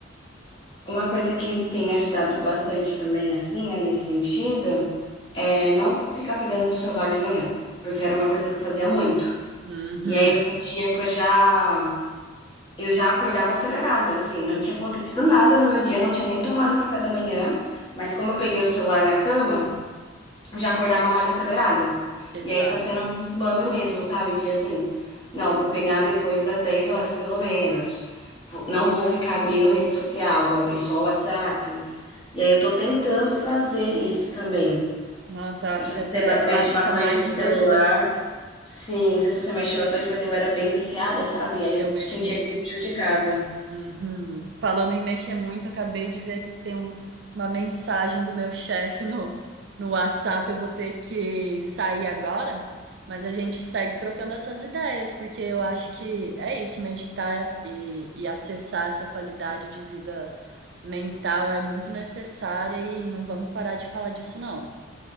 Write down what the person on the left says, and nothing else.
Uma coisa que tem me ajudado bastante também, assim, né, nesse sentido, é não ficar pegando no celular de manhã, porque era uma coisa que eu fazia muito.
E aí eu sentia que eu já eu já acordava acelerada, assim, não tinha acontecido nada no meu dia, não tinha nem tomado café da manhã, mas como eu peguei o celular na cama, eu já acordava mais acelerada.
E aí tá sendo um desmame mesmo, sabe? De assim, não, vou pegar depois das 10 horas pelo menos. Vou- Não vou ficar abrindo rede social, vou abrir só o WhatsApp. E aí eu tô tentando fazer isso também.
Não sei
se
você
ba-
mexe bastante
no
celular. Sim, não sei se você mexe bastante, mas eu era bem viciada, sabe? E aí
eu
sentia
que me prejudicava.